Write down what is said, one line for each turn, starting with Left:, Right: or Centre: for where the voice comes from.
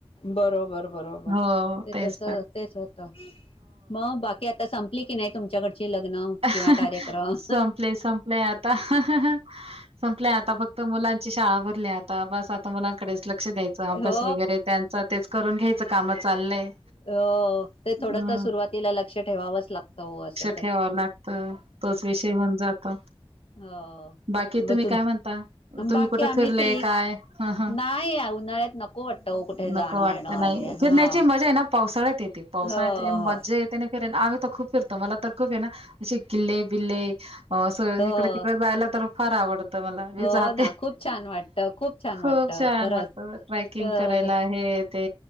Left: बरोबर बरोबर
Right: हो
Left: ते
Right: तेच
Left: तस अस
Right: तर
Left: तेच होत, मग बाकी आ- संपली की नाही. तुमच्याकडची लग्न
Right: अं
Left: किंवा
Right: हं हं
Left: कार्यक्रम
Right: हसंपले संपलंय आता हं हं संपले आता फक्त मुलांची शाळा भरली, आता बस आता मुलां, कडेच लक्ष द्यायचं अभ्यास
Left: हो
Right: वगैरे त्यांचा तेच करून घ्यायचं काम चाललंय
Left: अ ते
Right: हम्म
Left: थोडं तर सुरुवातीला लक्ष ठेवावंच लागतं हो अस
Right: ठेवा लागत तोच विषय होन जात
Left: हो
Right: बाकी
Left: ब
Right: तुम्ही
Left: तुम
Right: काय म्हणता तुम्ही
Left: बाकी
Right: कुठे
Left: आम्ही
Right: फिरलेय
Left: ठीक
Right: काय ह ह
Left: नाही उन्हाळ्यात नको वाटतं हो कुठे जाणं
Right: नको वाटत
Left: येणं
Right: नाही
Left: आणि
Right: फिरण्याची
Left: हा
Right: मजा आहे ना पावसाळ्यात येते पावसाळ्यात
Left: हो हो
Right: मजा येते नाही फिरेन आम्ही तर खूप फिरतो मला तर खूप आहे ना असे किल्ले बिल्ले स
Left: हो
Right: इकडे तिकडे जायला तर फार आवडत मला मी
Left: हो
Right: जाते
Left: ना खूप छान वाटतं छान
Right: खूप
Left: वाटतं
Right: छान
Left: खरंच
Right: वाटत ट्रेकिंग
Left: अ
Right: करायला आहे ते